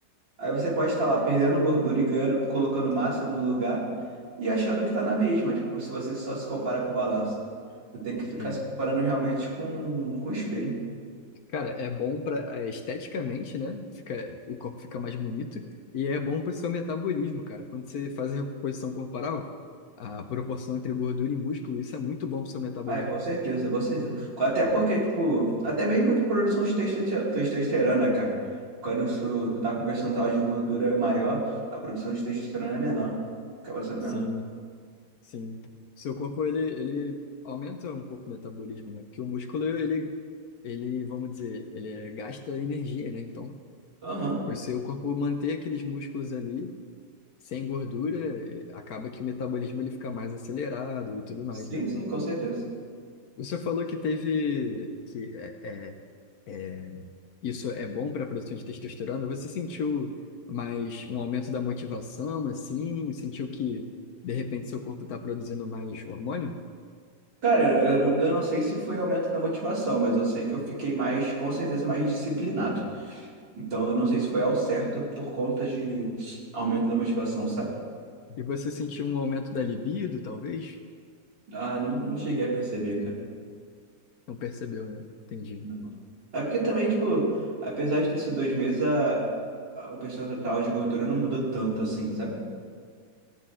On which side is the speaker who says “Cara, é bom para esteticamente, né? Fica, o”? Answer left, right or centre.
Left